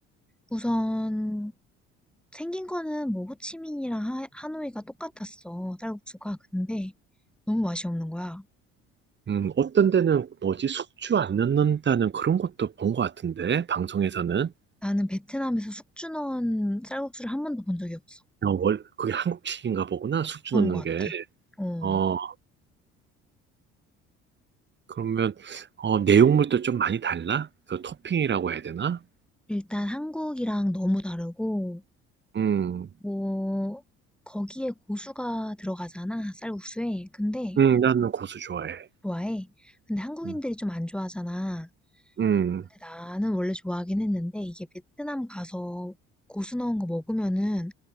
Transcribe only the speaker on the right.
음, 어떤 데는 뭐지 숙주 안 넣는다는 그런 것도 본 것 같은데 방송에서는
어, 월, 그게 한국식인가 보구나 숙주
넣는
게.
어 그러면 어 내용물도 좀 많이 달라? 그 토핑이라고 해야 되나?
음,
음 나는 고수 좋아해.
음,
음,